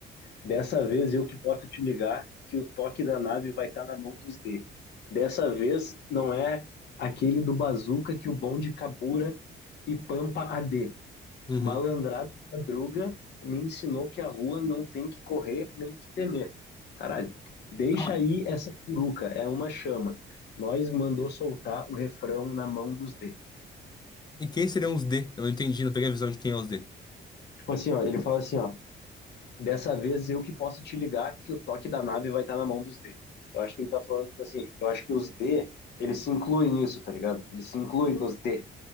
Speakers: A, on the left; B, on the left.
A: Dessa vez eu que posso te ligar que o toque da nave vai estar na mão dos D. Dessa vez não é aquele do bazuca que o bonde cabura e pampa a D.
B: Uhum.
A: Malandrada madruga me ensinou que a rua não tem que correr nem que temer. Caralho, deixa
B: Tá, mas-
A: aí essa curuca, é uma chama. Nós mandou soltar o refrão na mão dos D.
B: E quem seriam os D? Eu não entendi, não peguei a visão de quem é os D.
A: Tipo assim, ó, ele fala assim, ó, dessa vez eu que posso te ligar que o toque da nave vai estar na mão dos D. Eu acho que ele tá falando, tipo assim, eu acho que os D, eles se incluem nisso, tá ligado? Eles se incluem nos D.